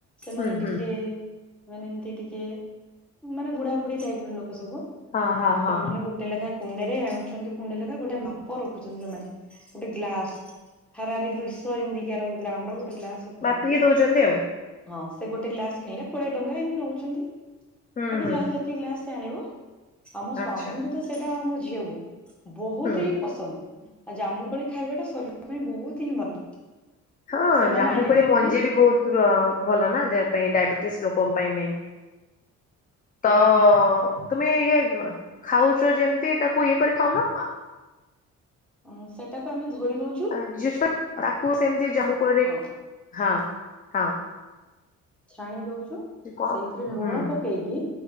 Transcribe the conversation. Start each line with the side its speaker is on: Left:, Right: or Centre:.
Centre: ସେମାନେ
Left: ହୁଁ ହୁଁ
Centre: ଟିକେ ମାନେ ଏମତି ଟିକେ ମାନେ ବୁଢା ବୁଢ଼ୀ ଟାଇପ ର ଲୋକ ସବୁ
Left: ହଁ ହଁ ହଁ
Centre: ସେମାନେ ଗୋ ଟେ ଲେଖାଏ କୁଣ୍ଡ ରେ ଆଣୁଛନ୍ତି କୁଣ୍ଡେ ଲେଖାଏ ଗୋଟେ ମାପ ରଖୁଛନ୍ତି ସେମାନେ ଗୋଟେ ଗ୍ଲାସ ହାରାରି ଦୁଇଶହ ଏମିତି କିୟାର ଗ୍ରାମ ର ଗୋଟେ ଗ୍ଲାସ ହଁ ସେ ରଖୁଛନ୍ତି
Left: ମାପିକି ଦଉଛନ୍ତି ଆଉ
Centre: ହଁ ସେ ଗୋଟେ ଗ୍ଲାସ କିଣିଲେ କୋଡିଏ ଟଙ୍କା ଏମିତି ନଉଛନ୍ତି।
Left: ହୁଁ
Centre: ବାକି
Left: ହୁଁ
Centre: ଯାହାର ଯେତିକି ଗ୍ଲାସ ଆଣିବ ଆମ ସ୍ଵାମୀଙ୍କୁ
Left: ଆଚ୍ଛା
Centre: ତ ସେଇଟା ଆଉ ମୋ ଝିଅକୁ ବହୁତ
Left: ହୁଁ
Centre: ହିଁ ପସନ୍ଦ ଆଉ ଜାମୁକୋଳି ଖାଇବା ଟା ଶରୀର ପାଇଁ ବହୁତ ହିଁ ଭଲ।
Left: ହଁ
Centre: ସେମାନେ
Left: ଜାମୁ
Centre: ଆଣି
Left: କୋଳି
Centre: ଦିଅନ୍ତି
Left: ମଞ୍ଜି ବି ବହୁତ ର ଭଲ ନା ଦେହ ପାଇଁ ଡାଇବେଟିସ ଲୋକଙ୍କ ପାଇଁ ମେନ୍
Centre: ତେଣୁ
Left: ତ ତୁମେ ଇଏ ଖାଉଛ ଯେମିତି ତାକୁ ଇଏ କରି ଖାଉନ।
Centre: ହଁ ସେଟାକୁ ଆମେ ଧୋଇ ଦଉ
Left: <unintelligible>
Centre: ହଁ ଛାଣି ଦଉଛୁ
Left: କଣ
Centre: ସେଇଥିରେ ଲୁଣ
Left: ହୁଁ
Centre: ପକେଇକି